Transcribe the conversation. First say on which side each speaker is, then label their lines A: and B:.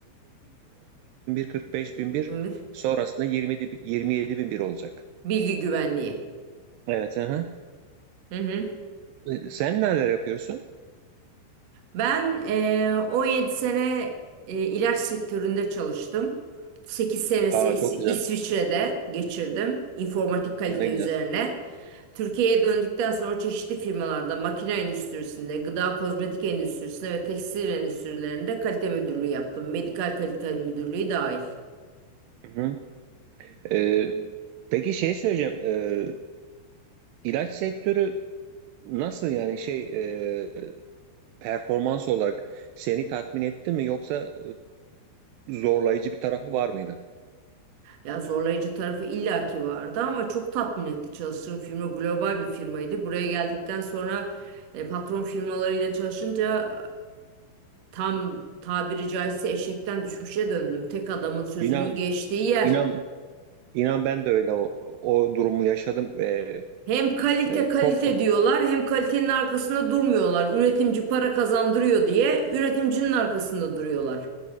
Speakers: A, on the right (about 80°); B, on the right (about 60°).
A: 45001.
B: 9001.
A: sonrasında yirmi yedi, yirmi yedi bin bir olacak.
B: Bilgi güvenliği.
A: Evet. hı hı.
B: Hı hı.
A: Ee, Sen neler yapıyorsun?
B: Ben eee, 17 sene eee, ilaç sektöründe çalıştım. 8 senesi
A: Aa
B: İs-
A: çok güzel.
B: İsviçre'de geçirdim informatik kalite
A: Ne güzel.
B: üzerine. Türkiye'ye döndükten sonra çeşitli firmalarda makine endüstrisinde, gıda kozmetik endüstrisinde ve tekstil endüstrilerinde kalite müdürlüğü yaptım. Medikal kalite müdürlüğü dahil.
A: Hı hı. Ee, peki şey söyleyeceğim. Ee, ilaç sektörü nasıl yani şey ee, performans olarak seni tatmin etti mi yoksa e, zorlayıcı bir tarafı var mıydı?
B: Ya zorlayıcı tarafı illaki vardı ama çok tatmin etti çalıştığım firma global bir firmaydı. Buraya geldikten sonra e, patron firmalarıyla çalışınca Tam tabiri caizse eşekten düşmüşe döndüm. Tek adamın sözünün
A: İnan
B: geçtiği yer.
A: inan inan ben de öyle o, o durumu yaşadım ve
B: Hem kalite
A: e,
B: kalite
A: çok da
B: diyorlar, hem kalitenin arkasında durmuyorlar. Üretimci para kazandırıyor diye üretimcinin arkasında duruyorlar.